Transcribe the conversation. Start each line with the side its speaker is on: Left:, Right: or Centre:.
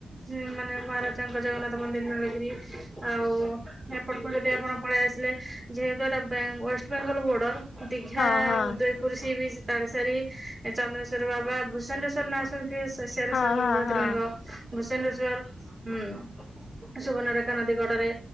Right: ହୁଁ ମାନେ ମହାରାଜାଙ୍କ ଜଗନ୍ନାଥ ମନ୍ଦିର ନୀଳଗିରି ଆଉ ଏପଟକୁ ଯଦି ଆପଣ ପଳେଇ ଆସିଲେ, ଯେହେତୁ ଏଟା ବେଙ୍ଗ ୱେଷ୍ଟବେଙ୍ଗଲ ବୋର୍ଡର ଦିଘା,
Left: ହଁ ହଁ
Right: ଉଦୟପୁର ସି ବିଚ୍, ତାଳେଶରୀ, ଚନ୍ଦ୍ରେଶ୍ଵର ବାବା, ଭୂଷଣ୍ଡେଶ୍ଵର ନାସ <unintelligible> ଏସିଆରେ
Left: ହଁ
Right: ସର୍ବବୃହତ୍
Left: ହଁ ହଁ
Right: ଲିଙ୍ଗ। ଭୂସେଣ୍ଡେଶ୍ଵର ହୁଁ ସୁବର୍ଣ୍ଣରେଖା ନଦୀ କଡରେ